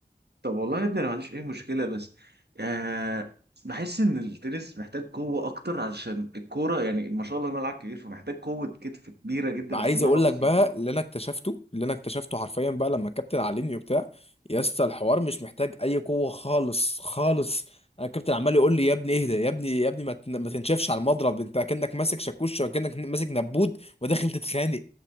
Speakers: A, on the right; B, on the left.
A: طب والله يا ابني انا ما عنديش اي مشكله بس آه بحس ان التنس محتاج قوه اكتر علشان الكوره يعني ما شاء الله الملعب كبير فمحتاج قوه كتف كبيره جدا
B: عايز
A: عشان
B: اقول
A: انا اوصل
B: لك بقى
A: الكوره
B: اللي انا اكتشفته اللي انا اكتشفته حرفيا بقى لما الكابتن علمني وبتاع يا اسطى الحوار مش محتاج اي قوه خالص خالص انا الكابتن عمال يقول لي يا ابني اهدى يا ابني يا ابني ما تن- ما تنشفش على المضرب انت كانك ماسك شاكوش وكانك ماسك نبوت وداخل تتخانق